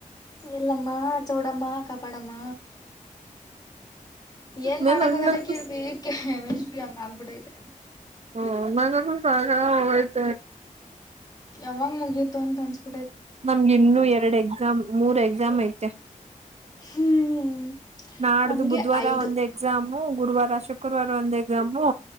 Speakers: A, on the left; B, on the right.
A: ಎಲ್ಲಮ್ಮ ಚೌಡಮ್ಮ ಕಾಪಾಡಮ್ಮ ಏನ್
B: ನನ್
A: ಮಾಡಕ್
B: ಹಂಗಂತೂ
A: ಆಗಲ್ಲ ಕೀರ್ತಿ ಕೆಮಿಸ್ಟ್ರಿ ಹಂಗ್ ಹಾಗಿಬಿಟೈತೆ
B: <unintelligible>
A: ಯಾವಾಗ ಮುಗಿತಿತು ಅಂತ ಅನಿಸಬಿಟೈತೆ
B: ನಮ್ಗೆ ಇನ್ನುೂ ಎರಡ್ ಎಕ್ಸಾಮ್ ಮೂರ್ ಎಕ್ಸಾಮ್ ಐತೆ
A: ಹ್ಮ್
B: ನಾಡ್ದು
A: ನಮ್ಗೆ
B: ಬುಧವಾರ
A: ಐದು
B: ಒಂದು ಎಕ್ಸಾಮು ಗುರುವಾರ ಶುಕ್ರವಾರ ಒಂದ್ ಎಕ್ಸಾಮು